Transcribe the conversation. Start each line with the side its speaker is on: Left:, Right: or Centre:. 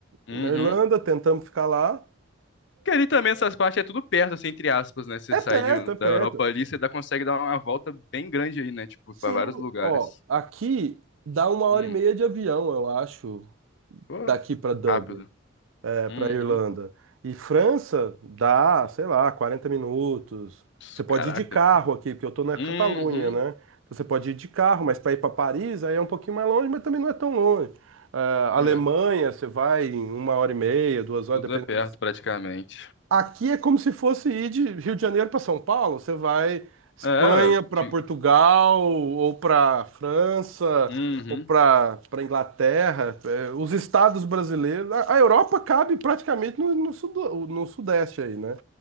Left: Uhum.
Right: na Irlanda, tentamos ficar lá.
Left: Que ali também essas partes é tudo perto, assim, entre aspas, né? Você
Right: É
Left: sai
Right: perto,
Left: de-
Right: é perto.
Left: da Europa ali, você dá, consegue dar uma volta bem grande aí, né? Tipo,
Right: Sim,
Left: pra vários lugares.
Right: ó, aqui dá uma hora
Left: Hum.
Right: e meia de avião, eu acho,
Left: Pô,
Right: daqui pra Dublin.
Left: rápido.
Right: para
Left: Uhum.
Right: a Irlanda. E França dá, sei lá, 40 minutos.
Left: Ps,
Right: Você pode
Left: Caraca.
Right: ir de carro aqui, porque eu estou na
Left: Uhum.
Right: Catalunha, né? Então você pode ir de carro, mas para ir para Paris aí é um pouquinho mais longe, mas também não é tão longe. Ah,
Left: É,
Right: Alemanha, você vai em uma hora e meia, duas horas,
Left: tudo
Right: dependendo.
Left: é perto praticamente.
Right: Aqui é como se fosse ir de Rio de Janeiro para São Paulo. Você vai Espanha
Left: É, eu
Right: para
Left: te...
Right: Portugal ou para França
Left: Uhum.
Right: ou para para Inglaterra. É, os estados brasileiros, a a Europa cabe praticamente no, no, sudo- no sudeste aí, né?